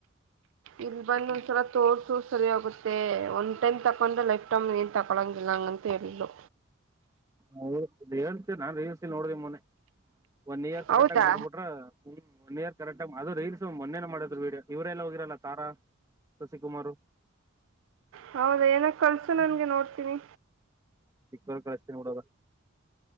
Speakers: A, on the right (about 65°); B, on the right (about 15°).
A: ಇಲ್ಲಿ ಬಂದೊಂದ್ಸಲ ತೋರ್ ಸರಿಯಾಗೋಗುತ್ತ ಒಂದು ಟೈಮ್ ತಗೊಂಡ್ರೆ ಲೈಫ್ ಟೈಮ್ ಏನ್ ತೊಳಂಗಿಲ್ಲ ಹಂಗಂತ ಹೇಳಿದ್ಲು
B: ಹ ನ್ಸ ನಾು ತ ನೋಡ್ದಿ ಮೊನ್ನೆ ಒನ್ ಇಯರ್ ಕರೆಕ್ಟ್
A: ಹೌದಾ
B: ಆ ಮಾಡ್ಬಿಟ್ರ ಹ್ಮ್ ಒನ್ ಇಯರ್ ಕರೆಕ್ಟ್ಟಗ್ ಅದು ರಲ್ಸ್ ಮೊನ ಮಾಡಿದ್ರು ವೀಡೋ ಇವ್ರರೆಲ್ಲ ಹೋಗಿರಲ್ಲಾರಾ ಶಶಿ ಕುಮಾರ
A: ಹೌದ ಏನ ಕಳ್ಸು ನನ್ಗೆ ನೋಡ್ತೀನಿ
B: ಚಿಕ್ಕವಾಗ ಕಳಸ್ತೀ ನೋಡದ